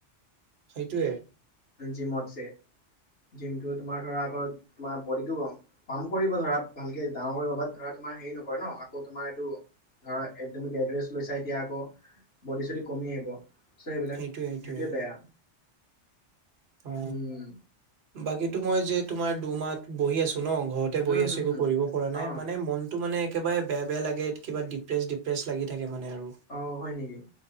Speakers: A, on the right; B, on the left.
A: সেইটোৱে
B: জিমত ছে। জিমটোৱে তোমাৰ ধৰা, আকৌ তোমাৰ বডিটো ৰং কাম কৰিব ধৰা, ভালকে ডাঙৰ কৰিব বাট ধৰা, তোমাৰ হেৰি নকৰে ন আকৌ তোমাৰ এইটো ধৰা একদমে বেটৰেছ লৈছা। এতিয়া আকৌ বডি চদি কমি আহিব। ছ' এইবিলাক
A: সেইটোয়ে
B: এইটোৱে
A: সেইটোয়ে
B: বেয়া
A: অ
B: উম
A: বাকী তোমাৰ যে তোমাৰ দুমাহ বহি আছো। ন ঘৰতে বহি
B: উম
A: আছো,
B: হুম
A: একো
B: হুম
A: কৰিব পৰা নাই
B: অ
A: মানে মন তো মানে একেবাৰে বেয়া, বেয়া লাগে কিবা ডিপ্ৰেছ, ডিপ্ৰেছ লাগি থাকে। মানে আৰু
B: অ হয় নেকি,